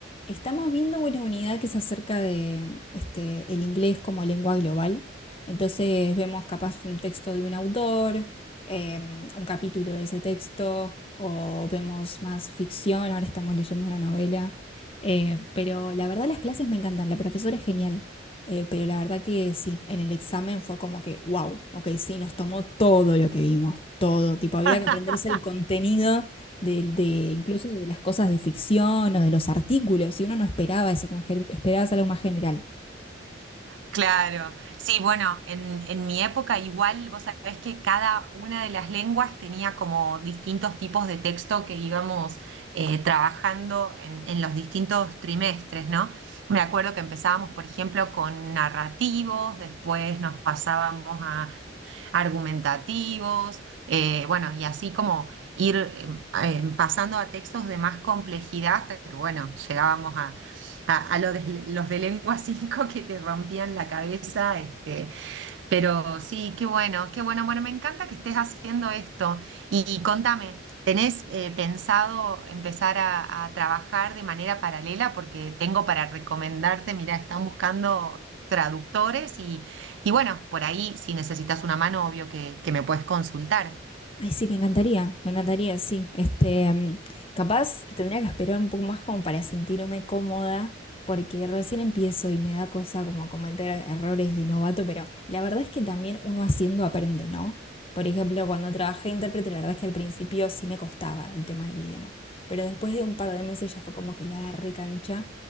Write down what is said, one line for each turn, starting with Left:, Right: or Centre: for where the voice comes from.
Left: estamos viendo una unidad que es acerca de este, el inglés como lengua global. Entonces vemos capaz un texto de un autor, em, un capítulo de ese texto, o vemos más ficción, ahora estamos leyendo una novela. Eh, pero la verdad las clases me encantan, la profesora es genial. Eh, pero la verdad que sí, en el examen fue como que, wow, ok, sí, nos tomó todo lo que vimos, todo. Tipo, había
Right: <laughs>
Left: que aprenderse el contenido de, de- incluso de las cosas de ficción o de los artículos, y uno no esperaba eso, como que esperabas algo más general.
Right: Claro, sí, bueno, en, en mi época igual, vos sabés que cada una de las lenguas tenía como distintos tipos de texto que íbamos eh, trabajando en, en los distintos trimestres, ¿no? Me acuerdo que empezábamos, por ejemplo, con narrativos, después nos pasábamos argumentativos, eh, bueno, y así como ir eh, eh, pasando a textos de más complejidad hasta que, bueno, llegábamos a, a- a lo de- los de lengua <laughs> 5 que te rompían la cabeza, este, pero sí, qué bueno, qué bueno. Bueno, me encanta que estés haciendo esto. Y, y contame, ¿tenés eh, pensado empezar a, a trabajar de manera paralela? Porque tengo para recomendarte, mira, están buscando traductores y, y bueno, por ahí si necesitas una mano, obvio que, que me puedes consultar.
Left: Ay, sí, me encantaría, me encantaría, sí. Este, mm, capaz tendría que esperar un poco más como para sentirme cómoda, porque recién empiezo y me da cosa como cometer errores de novato, pero la verdad es que también uno haciendo aprende, ¿no? Por ejemplo, cuando trabajé de intérprete, la verdad es que al principio sí me costaba el tema del idioma, pero después de un par de meses ya fue como que la agarré cancha